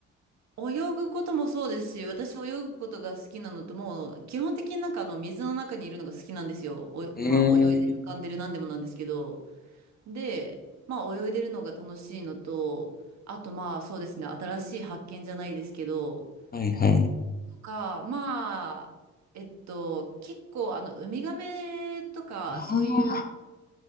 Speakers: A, on the right; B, on the left.
A: 泳ぐこともそうですし、私泳ぐことが好きなのと、もう基本的になんかあの水の中にいるのが好きなんですよ。おまあ泳いでる浮かんでるなんでもなんですけど。
B: ええ
A: で、まあ泳いでるのが楽しいのと、あとまあそうですね、新しい発見じゃないですけど、
B: はいはい。
A: とか、まあ、えっと、結構あのウミガメとかそういう
B: ああ、